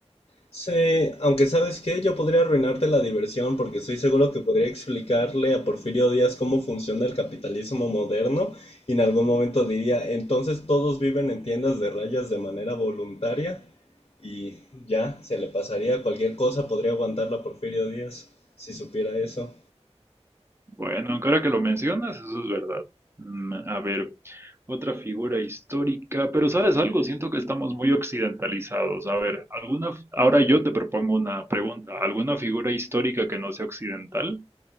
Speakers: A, on the left (about 50°); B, on the right (about 20°).
A: Sí, aunque sabes qué, yo podría arruinarte la diversión porque estoy seguro que podría explicarle a Porfirio Díaz cómo funciona el capitalismo moderno y en algún momento diría, entonces todos viven en tiendas de rayas de manera voluntaria y ya, se le pasaría cualquier cosa, podría aguantarla a Porfirio Díaz si supiera eso.
B: Bueno, ahora que lo mencionas, eso es verdad. Mm, A ver, Otra figura histórica, pero ¿sabes algo? Siento que estamos muy occidentalizados. A ver, alguna, ahora yo te propongo una pregunta. ¿Alguna figura histórica que no sea occidental?